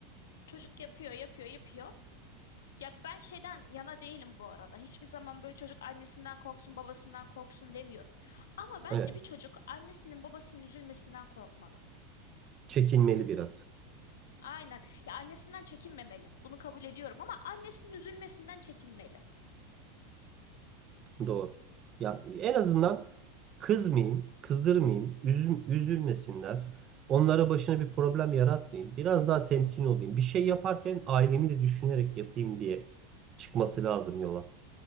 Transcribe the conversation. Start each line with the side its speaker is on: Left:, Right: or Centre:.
Left: Çocuk yapıyor, yapıyor, yapıyor. Ya ben şeyden yana değilim bu arada. Hiçbir zaman böyle çocuk annesinden korksun, babasından korksun demiyorum. Ama bence
Right: Evet,
Left: bir çocuk annesinin babasının üzülmesinden korkmalı.
Right: çekinmeli biraz.
Left: Aynen. Ya annesinden çekinmemeli. Bunu kabul ediyorum ama annesinin üzülmesinden çekinmeli.
Right: Doğru. Ya en azından kızmayayım, kızdırmayayım, üzüm, üzülmesinler. Onlara başına bir problem yaratmayayım. Biraz daha temkinli olayım. Bir şey yaparken ailemi de düşünerek yapayım diye çıkması lazım yola.